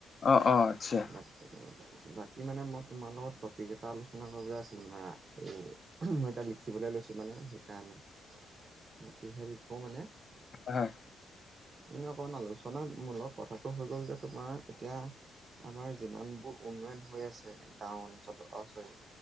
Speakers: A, on the left (about 40°); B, on the right (about 40°).
A: অ অ আচ্ছা।
B: <unintelligible> বাকী মানে মই তোমাৰ লগত টপিক এটা আলোচনা কৰিবলৈ আছিলোঁ মানে এই মই তাত লিখিবলৈ লৈছো মানে সেইকাৰণে সতিহে লিখো মানে
A: হয়।
B: মানে অকণ আলোচনাৰ মূলক কথাটো হৈ গ'ল যে তোমাৰ এতিয়া আমাৰ যিমানবোৰ উন্নয়ন হৈ আছে গাওঁ অঞ্চলত অ চৰি